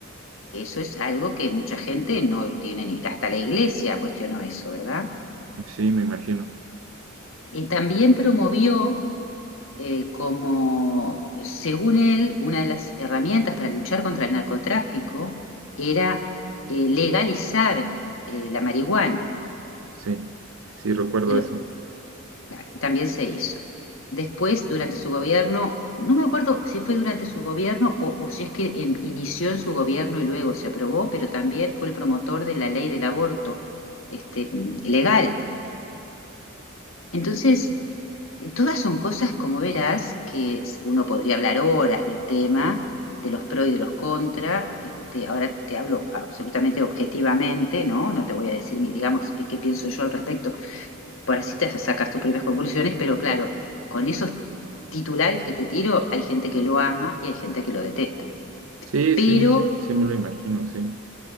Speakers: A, on the left (about 65°); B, on the right (about 75°).
A: que eso es algo que mucha gente no tiene ni, hasta la iglesia cuestionó eso, ¿verdad?
B: sí, me imagino,
A: Y también promovió eh, como, según él, una de las herramientas para luchar contra el narcotráfico era eh, legalizar eh, la marihuana.
B: sí, sí, recuerdo
A: Y lo-
B: eso.
A: Claro, y también se hizo. Después, durante su gobierno, no me acuerdo si fue durante su gobierno o, o si es que em, inició en su gobierno y luego se aprobó, pero también fue el promotor de la ley del aborto, este, legal. Entonces, eh, todas son cosas, como verás, que s- uno podría hablar horas del tema, de los pro y de los contra. Este, ahora te hablo absolutamente objetivamente, ¿no? No te voy a decir, mi- digamos, eh, qué pienso yo al respecto por así te sacas tus propias conclusiones, pero claro, con esos titulares que te tiro, hay gente que lo ama y hay gente que lo detesta.
B: Sí,
A: Pero,
B: sí, sí, sí me lo imagino, sí,